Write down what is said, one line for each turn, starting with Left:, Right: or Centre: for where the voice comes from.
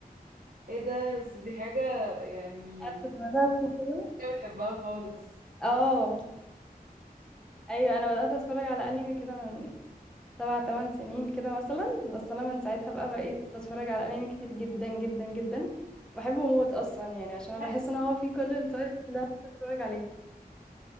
Right: ايه ده بس دي حاجة يعني
Centre: انا كنت بدات كده
Right: حاجة بتحبها خالص
Centre: اه ايوه انا بدات اتفرج على انمي كده من سبع تمن سنين كده مثلا بس انا من ساعتها بقى بقيت بتفرج على انمي كتير جدا جدا جدا بحبه موت اصلا يعني عشان
Right: زهقي
Centre: انا بحس ان هو فيه كل التايبس اللي انا بتفرج عليها